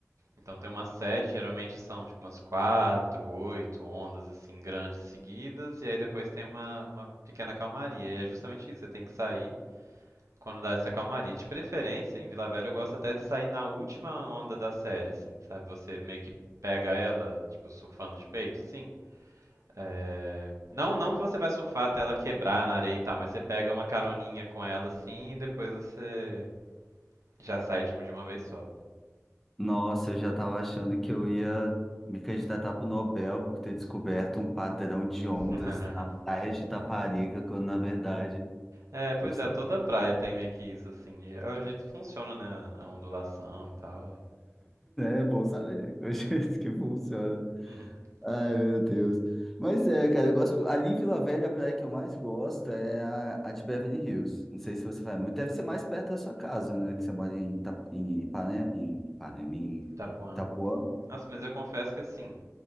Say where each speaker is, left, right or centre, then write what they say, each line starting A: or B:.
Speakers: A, on the right; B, in the centre.
A: Então tem uma série, geralmente são tipo umas quatro, oito ondas, assim, grandes seguidas, e aí depois tem uma, uma pequena calmaria. E é justamente isso, você tem que sair. Quando dá essa calmaria. De preferência, em Vila Velha eu gosto até de sair na última onda da série, assim, sabe? Você meio que pega ela, tipo, surfando de peito, assim. É, Não, não que você vai surfar até ela quebrar na areia e tal, mas você pega uma caroninha com ela, assim, e depois você já sai de de uma vez só.
B: Nossa, eu já estava achando que eu ia me candidatar para o Nobel por ter descoberto um padrão de ondas
A: <laughs>
B: na praia de Itaparica, quando na verdade
A: É, pois
B: eu estava.
A: é, toda praia
B: <laughs>
A: tem meio que isso, assim. e É o jeito que funciona, né? A ondulação e tal. E...
B: É bom saber é o <laughs> jeito que funciona.
A: <laughs>
B: Ai, meu Deus. Mas é, cara, eu gosto. Ali em Vila Velha, é a praia que eu mais gosto é a, a de Beverly Hills. Não sei se você vai muito. Deve ser mais perto da sua casa, né? Que você mora em, Ita... em, Ipane... em Ipanema, em
A: Itapuã.
B: Itapuã.
A: Nossa, mas eu confesso que, assim,